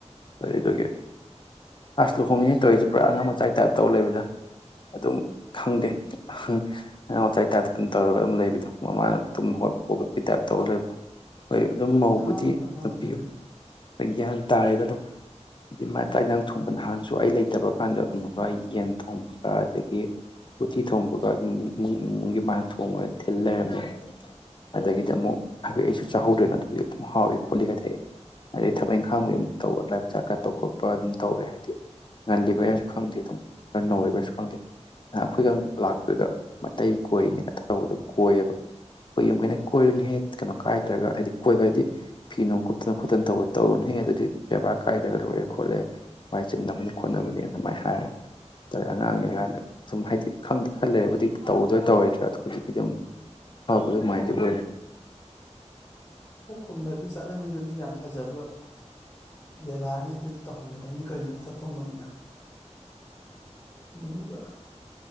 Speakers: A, on the left; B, on the left.
A: ꯐꯔꯦ
B: ꯎꯝ
A: ꯑꯗꯨꯒꯤ ꯑꯁ ꯂꯨꯍꯣꯡꯉꯤꯅꯦ ꯇꯧꯔꯤꯖꯦ ꯄꯨꯔꯥ ꯑꯉꯥꯡ ꯃꯆꯥꯥꯏ ꯇꯥꯏꯞ ꯇꯧꯔ ꯂꯩꯕꯗ ꯑꯗꯨꯝ ꯈꯪꯗꯦ ꯑꯍꯪ ꯑꯉꯥꯡ ꯃꯆꯥꯥꯏ ꯇꯥꯏꯞꯇ ꯑꯗꯨꯝ ꯇꯧꯔꯒ ꯑꯗꯨꯝ ꯂꯩꯕꯤꯗꯣ ꯃꯃꯥꯅ ꯇꯨꯝ ꯍꯧꯒꯠ ꯍꯧꯗꯣꯛꯄꯩ ꯇꯥꯏꯞ ꯇꯧꯔ ꯂꯩꯕꯗꯣ ꯍꯣꯏ ꯑꯗꯨꯝ ꯃꯧꯕꯨꯗꯤ
B: ꯑꯉꯥꯡꯁꯨ ꯑꯉꯥꯡꯅꯤ
A: ꯅꯨꯞꯄꯤꯌꯨ
B: ꯀꯩꯅꯣ
A: ꯒ꯭ꯌꯥꯟ ꯇꯥꯔꯦꯗ ꯑꯗꯨꯝ ꯍꯥꯏꯗꯤ ꯃꯥ ꯆꯥꯛ ꯏꯟꯖꯥꯡ ꯊꯣꯡꯕ ꯅꯍꯥꯟꯁꯨ ꯑꯩ ꯂꯩꯇꯕ ꯀꯥꯟꯗ ꯑꯕꯨꯡꯃꯨꯛꯀ ꯌꯦꯟ ꯊꯣꯡꯕꯒ ꯑꯗꯒꯤ ꯎꯇꯤ ꯊꯣꯡꯕꯒ ꯏꯃꯨꯡ ꯏꯃꯨꯡ ꯏꯃꯨꯡꯒꯤ ꯃꯥꯅ ꯊꯣꯡꯉ ꯊꯤꯜ ꯂꯩꯔꯝꯃꯦ ꯑꯗꯒꯤꯗꯤ ꯑꯃꯨꯛ ꯍꯥꯏꯀꯤ ꯑꯩꯁꯨ ꯆꯥꯍꯧꯗ꯭ꯔꯦꯅ ꯑꯗꯨꯗꯤ ꯑꯗꯨꯝ ꯍꯥꯎꯋꯤ ꯈꯣꯠꯂꯤꯒꯗꯤ ꯑꯗꯩ ꯊꯕꯛ ꯏꯪꯈꯥꯡꯕꯨꯗꯤ ꯑꯗꯨꯝ ꯇꯧꯕ ꯂꯥꯏ ꯄꯨꯖꯥ ꯀꯠꯄ ꯈꯣꯠꯄ ꯑꯗꯨꯝ ꯇꯧꯋꯦ ꯍꯥꯏꯗꯤ ꯉꯜꯂꯤꯕꯩꯔꯥ ꯁꯨ ꯈꯪꯗꯦ ꯑꯗꯨꯝ ꯈꯔ ꯅꯧꯔꯤꯕꯩꯔꯥ ꯁꯨ ꯈꯪꯗꯦ ꯑ ꯑꯩꯈꯣꯏꯒ ꯂꯥꯛꯄꯗ ꯃꯇꯩ ꯈꯣꯏꯅꯤ ꯇꯧꯕꯗꯣ ꯀꯣꯏꯑꯕ ꯈꯣꯏ ꯌꯨꯝꯈꯣꯏꯅ ꯀꯣꯏꯔꯨꯅꯨꯍꯦ ꯀꯩꯅꯣ ꯀꯥꯏ ꯅꯠꯇ꯭ꯔꯒ ꯍꯥꯏꯗꯤ ꯀꯣꯏꯕ ꯍꯥꯏꯗꯤ ꯐꯤ ꯅꯨꯡ ꯀꯨꯞꯇꯅ ꯈꯣꯠꯇꯅ ꯇꯧꯕ ꯇꯧꯔꯨꯅꯨꯍꯦ ꯑꯗꯨꯗꯤ ꯕꯦꯕꯥꯔ ꯀꯥꯏꯗ꯭ꯔꯒ ꯂꯣꯏꯔꯦ ꯈꯣꯠꯂꯦ ꯋꯥꯏ ꯆꯤꯟꯅꯕꯅꯤ ꯈꯣꯠꯅꯕꯅꯤ ꯑꯗꯨꯃꯥꯏꯅ ꯍꯥꯏꯔꯦ ꯇꯧꯋꯦ ꯑꯉꯥꯡꯅꯤꯀꯥꯏꯗ ꯁꯨꯝ ꯍꯥꯏꯗꯤ ꯈꯪꯗꯤ ꯈꯔ ꯂꯩꯔꯕꯨꯗꯤ ꯇꯧꯗꯣꯏ ꯇꯧꯔꯣꯏꯗ꯭ꯔꯥ ꯑꯗꯣ ꯍꯧꯖꯤꯛꯀꯤꯗꯤ ꯑꯗꯨꯝ ꯐꯕꯗ ꯑꯗꯨꯃꯥꯏꯟꯗꯤ ꯑꯣꯏꯔꯦ
B: ꯀꯣꯛ ꯈꯨꯝꯕꯒꯤ ꯆꯠꯅꯕꯤꯗꯨꯗꯤ ꯌꯥꯝ ꯐꯖꯕ ꯕꯦꯕꯥꯔꯅꯤ ꯑꯗꯨꯗꯤ ꯇꯧꯍꯟꯒꯗꯕꯅꯤ ꯀꯩꯅꯣ ꯅꯊꯛ ꯊꯣꯡꯕꯅꯤꯅ ꯑꯗꯨꯒ